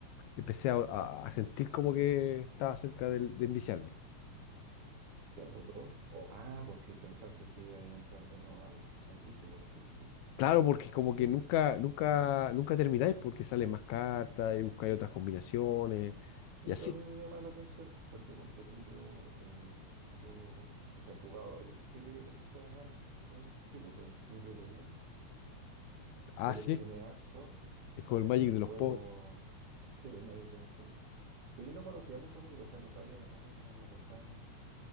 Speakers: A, on the left; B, on the right.
A: empecé a, a- a sentir como que estaba cerca del- de, enviciarme.
B: ¿Te agotó? O, ah, porque pensaste que iba a entrar de nuevo al, al vicio, por así decirlo.
A: Claro, porque como
B: ¿Sí?
A: que nunca, nunca,
B: Ah, ya.
A: nunca termináis porque salen más cartas y buscáis otras combinaciones
B: Eso
A: y así.
B: a mí me llama la atención, porque ponte tú y yo, eh, yo pucha, he jugado el típico que se juega acá en en Chile, pues, Mito y Leyenda.
A: Ah,
B: Coleccioné
A: sí,
B: harto,
A: es como el Magic
B: eh,
A: de
B: juego
A: los pobres.
B: Cyber Magic de los pobres. Pero yo no conocía mucho Magic, o sea, lo sabía de nombre, pero no lo cachaba mucho.